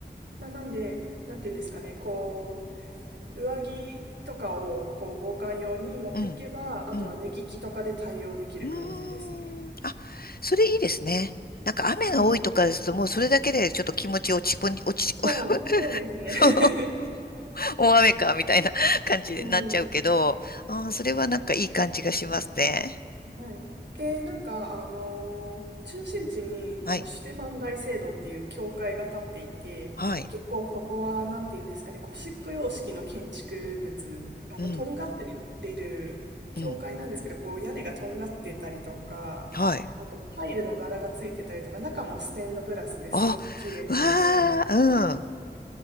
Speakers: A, on the right (about 90°); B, on the left (about 60°).
A: まあ、なんで、なんていうんですかね、こう、上着とかを、こう、防寒用に持っていけば、
B: うん、うん。
A: あとは脱ぎ着とかで対応できる感じですね。
B: うーん。あ、それいいですね。なんか雨が多いとかですと、
A: はい。
B: もうそれだけでちょっと気持ち落ち込ん、落ち、
A: そう、
B: <laughs>
A: そうですね。<laughs>
B: そう、大雨か、みたいな感じになっちゃうけど、
A: ええ
B: あー、それはなんかいい感じがしますね。
A: はい。で、なんか、あのー中心地に、
B: はい、
A: あの、シュテファン大聖堂っていう教会が立っていて、
B: はい、
A: 結構そこは、なんていうんですかね、ゴシック様式の建築物、あの、
B: うん、
A: とんがってる教会なんですけど、
B: うん、
A: こう、屋根がとんがってたりとか、
B: はい。
A: あと、タイルの柄がついてたりとか、中もステンドグラスですごく綺麗なので、
B: あ、わあ、うん。